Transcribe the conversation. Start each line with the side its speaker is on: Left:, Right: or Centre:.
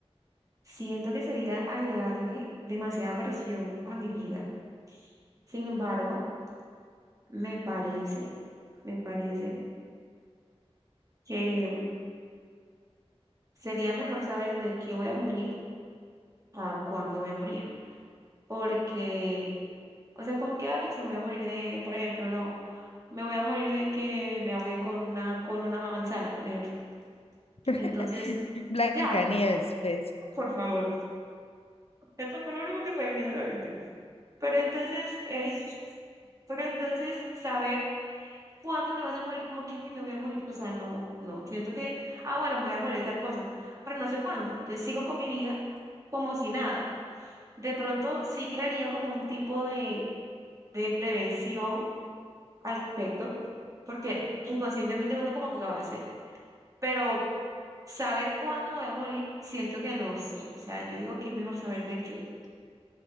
Right: siento que sería agregarle demasiada presión a mi vida. Sin embargo, me parece... Me parece que sería mejor saber de qué voy a morir a cuándo voy a morir. Porque, o sea, como que, ah, listo, voy a morir de, por ejemplo, no, me voy a morir de que me ahogué con una, con una manzana, por ejemplo.
Left: <laughs>
Right: Entonces,
Left: Blancanieves,
Right: ya,
Left: pues.
Right: por favor. Esto fue lo único que se me vino a la mente. Pero entonces, eh, <laughs> pero entonces, saber cuándo te vas a morir, como que "Ay, me voy a morir. O sea, no, no. Siento que, ah, bueno, me voy a morir de tal cosa, pero no sé cuándo. Entonces sigo con mi vida como si nada. De pronto sí crearía como un tipo de, de prevención al respecto, porque inconscientemente uno como que lo hace, pero saber cuándo me voy a morir, siento que no sé. O sea, yo digo que es mejor saber de qué.